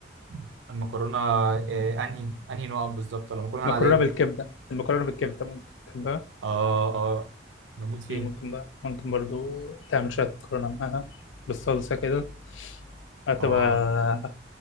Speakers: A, on the right; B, on the left.
A: <laughs> المكرونة آه، أنهي أنهي نوع بالظبط ولا المكرونة
B: مكرونه
A: العادية
B: بالكبده المكرونه بالكبده ممكن تحبها
A: آه آه بموت فيها
B: مم، ممكن بقى ممكن برضو تعمل شويه مكرونه معاها بالصلصه كده هتبقى
A: آه